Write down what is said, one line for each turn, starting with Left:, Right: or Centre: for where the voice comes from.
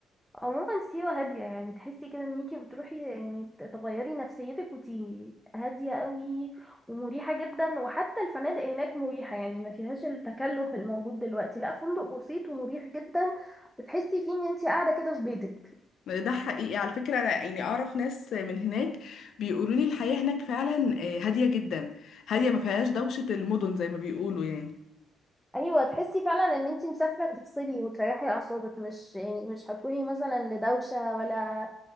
Centre: عموما سيوة هادية يعني تحسي كده ان انتي بتروحي يعني ت- تغيري نفسيتك وتيجي هادية قوي ومريحة جدا وحتى الفنادق هناك مريحة يعني ما فيهاش التكلف الموجود دلوقتي لا فندق بسيط ومريح جدا وتحسي فيه ان انتي قاعدة كده في بيتك
Left: ده حقيقي على فكرة أنا يعني أعرف ناس من هناك بيقولوا لي الحياة هناك فعلا آه، هادية جدا هادية ما فيهاش دوشة المدن زي ما بيقولوا يعني
Centre: ايوه تحسي فعلا ان انتي مسافره تفصلي وتريحي اعصابك مش يعني مش هتروحي مثلا لدوشه ولا